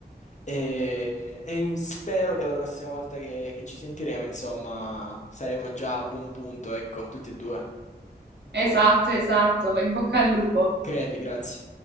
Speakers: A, on the left; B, on the right.
A: E, e spero che la prossima volta che, che ci sentiremo, insomma, saremo già a buon punto, ecco, tutti e due.
B: Esatto, esatto, in bocca al lupo.
A: Crepi, grazie.